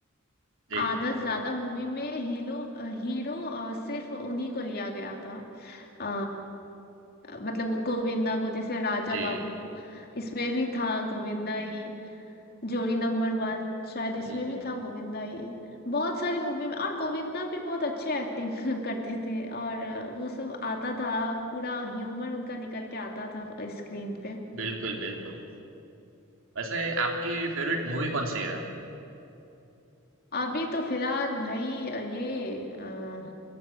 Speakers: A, on the right; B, on the left.
A: जी
B: आधा से ज्यादा मूवी में हीरो हीरो अ, सिर्फ उन्हीं को लिया गया था अ, मतलब गोविंदा को जैसे राजा
A: जी
B: बाबू इसमें भी था गोविंदा ही जोड़ी नंबर वन शायद इसमें
A: जी
B: भी
A: जी
B: था गोविंदा ही बहुत सारी मूवी में और गोविंदा भी बहुत अच्छे एक्टिंग <laughs> करते थे और अ, वो सब आता था पूरा ह्यूमर उनका निकल के आता था स्क्रीन पे
A: बिल्कुल, बिल्कुल। वैसे आपकी फ़ेवरेट मूवी कौन-सी है?
B: अभी तो फिलहाल भाई अ, ये अ,